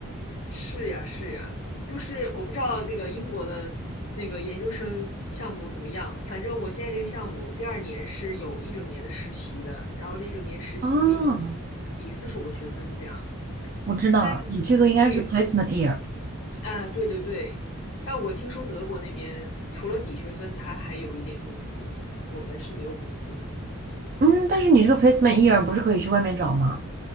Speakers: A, on the left; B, on the right.
A: 是呀，是呀，就是我不知道这个英国的那个研究生项目怎么样，反正我现在这个项目第二年是有一整年的实习的，然后这一整年实习可以
B: 啊，
A: 抵四十五个学分这样。
B: 我知道，
A: 但是
B: 你这个应该是
A: 对，
B: placement year。
A: 啊，对对对，但我听说德国那边除了抵学分，他还有一点工资，我们是没有工资的。
B: 嗯，但是你这个 placement year 不是可以去外面找吗？